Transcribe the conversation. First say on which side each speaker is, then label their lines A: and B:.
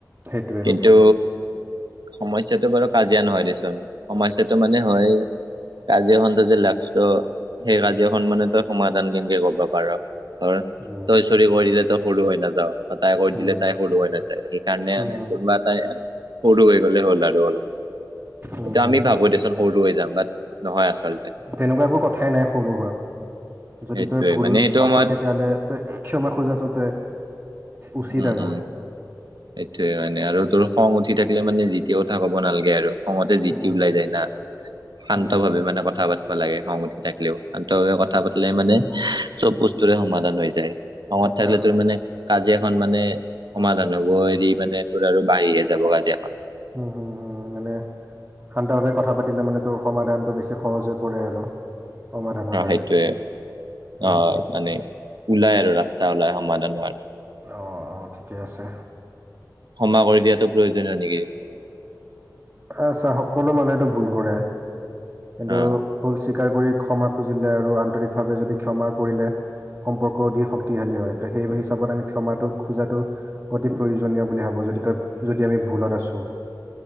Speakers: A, on the right; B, on the right.
A: সেইটোৱে
B: কিন্তু
A: কথা
B: সমস্যাটো বাৰু কাজিয়া নহয় দেচোন সমস্যাটো মানে হয় কাজিয় এখন ত যে লাগছ সেই কাজিয় সন্ মমানে তই সমাধান কেনেকে কৰিব পাৰ ত
A: উম
B: তই চৰি কৰিলে তই সৰু হৈ নাযাৱও তাই কৈ
A: উম
B: দিলে তাই সৰুো হয়াই সেইকাৰণে মানে
A: উম
B: কোনোবা এ তাই উৰু হৈ গ'লে হ'ল আৰু আৰু অলপ
A: উম
B: এটোয়া
A: হুম
B: আমি ভাবো দেচোন সৰুটো হৈ যাম বাট নহয় আচলতে
A: তেনেকুৱা একো কথাই নাই সৰু যদি
B: সেইটোয়ে
A: তই ভুল
B: মানে সেইটো
A: আছ
B: সময়ত
A: তেতিয়াহ'লে তই ক্ষমা খোজাটো তই উচিত
B: উম,
A: আৰু
B: উম সেইটোয়ে মানে আৰু তোৰ খং উঠি থাকিলে মানে জিতিয়া কথা কব নালাগে আৰু খঙতে জিতি
A: উম
B: ওলাই যায় না শান্ত
A: উম
B: ভাৱে মানে কথা পাবা লাগে খ উঠি থাকিলেও আন্তভাৱে কথা পাতলেে মানে চব বস্তুৰে সমাধান হৈ যায় খঙত
A: আচ্ছা
B: থাকিল তো মানে কাজিয়াখন মানে সমাধান হব এৰি মানে তোৰ আৰু বাঢ়িহে যাব কাজাখন
A: উম হুম হুম মানে শান্তভাৱে কথা পাতিলে মানে তোৰ সমাধানটো বেছি সহজ হৈ পৰে আৰু সমাধানৰ
B: আহ
A: কাৰণে
B: সেইটোৱে
A: উম
B: আহ মানে ওলাই আৰু ৰাস্তা ওলাই সমাধান হোৱাৰ
A: অ অ ঠিকে আছে
B: ক্ষমা কৰি দিয়াটো প্ৰয়োজনীয় নেকি
A: আছা সকলো মানুহেতটো ভুল কৰে কিন্তু
B: অ
A: ভুল চিকাৰ ৰি ক্ষমা খুজিলে আৰু আন্তৰিকভাৱে যদি ক্ষমা কৰিলে সম্পৰ্ক অধিক শক্তিশালী হয় ত সেই হিচাপত আমি ক্ষমাটো খোজাটো অতি প্ৰয়োজনীয় বুলি ভাবো যদি তই যদি আমি ভুলত আছো